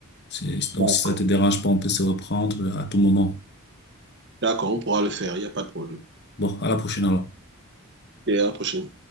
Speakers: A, on the left (about 50°); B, on the right (about 50°).
A: C'est- Donc,
B: D'accord.
A: si ça te dérange pas, on peut se reprendre à tout moment.
B: D'accord, on pourra le faire. Il n'y a pas de problème.
A: Bon, à la prochaine alors.
B: Et à la prochaine.